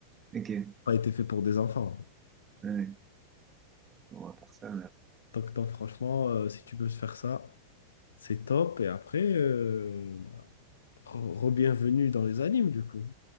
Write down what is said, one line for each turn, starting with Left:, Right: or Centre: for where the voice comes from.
Right: ok. Ouais.
Left: Pas été fait pour des enfants.
Right: ouais. Bon, On va faire ça.
Left: Donc, non, franchement, euh, si tu peux se faire ça, c'est top. Et après, euh, bah, re- re-bienvenue dans les animes, du coup.